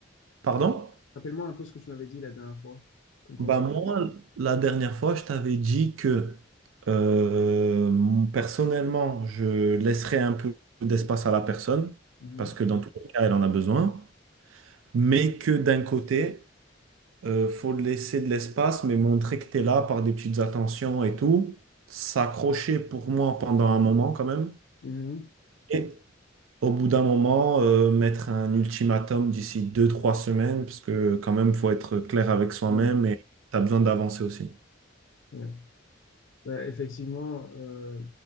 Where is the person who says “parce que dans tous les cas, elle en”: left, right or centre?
Right